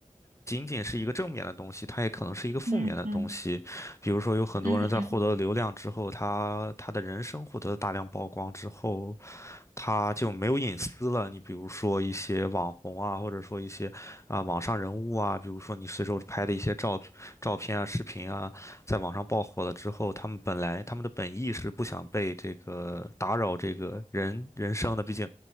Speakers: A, on the left; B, on the right.
A: 仅仅是一个正面的东西，它也可能是一个负面的东西。
B: 嗯嗯
A: 比如说，有很多人在获得流量之后，
B: 嗯
A: 他他的人生获得了大量曝光之后，他就没有隐私了。你比如说一些网红啊，或者说一些啊、网上人物啊，比如说你随手拍的一些照照片啊、视频啊，在网上爆火了之后，他们本来他们的本意是不想被这个打扰这个人人生的，毕竟。